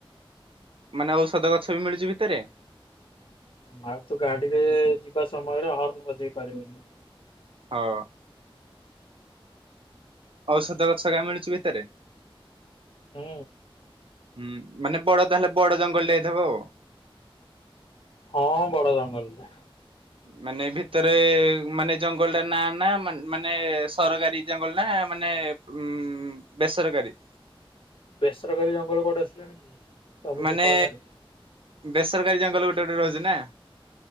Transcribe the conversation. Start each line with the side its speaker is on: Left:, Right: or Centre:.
Right: ମାନେ ଔଷଧ ଗଛ ବି ମିଳୁଛି ଭିତରେ?
Left: ହୁଁ ଆଉ ତୁ ଗାଡିରେ ଯିବା ସମୟରେ ହର୍ଣ ବଜେଇ ପାରିବୁନି।
Right: ହଁ। ଔଷଧ ଗଛ ହେକା ମିଳୁଚି ଭିତରେ?
Left: ହୁଁ।
Right: ହୁଁ ମାନେ ବଡ ତାହେଲେ ବଡ ଜଙ୍ଗଲରେ ହେଇଥିବ ଆଉ।
Left: ହଁ ବଡ ଜଙ୍ଗଲଟା।
Right: ମାନେ ଭିତରେ ମାନେ ଜଙ୍ଗଲ ଟା ନା ନା ମାନେ ସରକାରୀ ଜଙ୍ଗଲ ନା ମାନେ ଉ ବେସରକାରୀ।
Left: ବେସରକାରୀ ଜଙ୍ଗଲ କୁଆଡୁ ଆସିଲାଣି କି। ସବୁ
Right: ମାନେ
Left: ତ ସରକାରୀ
Right: ବେସରକାରୀ ଜଙ୍ଗଲ ଗୋଟେ ଗୋଟେ ରହୁଛି ନା।